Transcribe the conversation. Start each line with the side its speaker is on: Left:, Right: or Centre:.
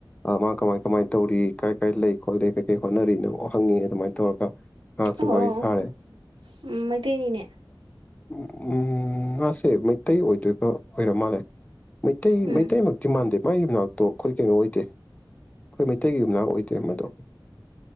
Left: ꯃꯥ ꯀꯃꯥꯏ ꯀꯃꯥꯏꯅ ꯇꯧꯔꯤ ꯀꯥꯏ ꯀꯥꯏ ꯂꯩ ꯈꯣꯠꯂꯤꯦ ꯀꯩ ꯀꯩ ꯍꯣꯠꯅꯔꯤꯅꯣ ꯍꯪꯉꯦ ꯑꯗꯨꯃꯥꯏꯅ ꯇꯧꯔꯒ ꯉꯥꯏꯍꯥꯛꯁꯨ
Right: ꯑꯣ
Left: ꯋꯥꯔꯤ ꯁꯥꯔꯦ
Right: ꯎꯝ ꯃꯩꯇꯩꯅꯤꯅꯦ
Left: ꯎ ꯎꯝ ꯉꯥꯁꯦ ꯃꯩꯇꯩ ꯑꯣꯏꯗꯣꯏꯕ ꯑꯣꯏꯔ ꯃꯥꯜꯂꯦ ꯃꯩꯇꯩ
Right: ꯎꯝ
Left: ꯃꯩꯇꯩꯩ ꯃ ꯊꯤ ꯃꯥꯥꯟꯗꯦ ꯃꯥꯏꯒꯤ ꯃꯅꯥꯛꯇꯣ ꯑꯩꯈꯣꯏ ꯀꯩꯅꯣ ꯑꯣꯏꯗꯦ ꯑꯩꯈꯣꯏ ꯃꯩꯇꯩꯒꯤ ꯃꯅꯥꯛ ꯑꯣꯏꯗꯦ ꯃꯗꯣ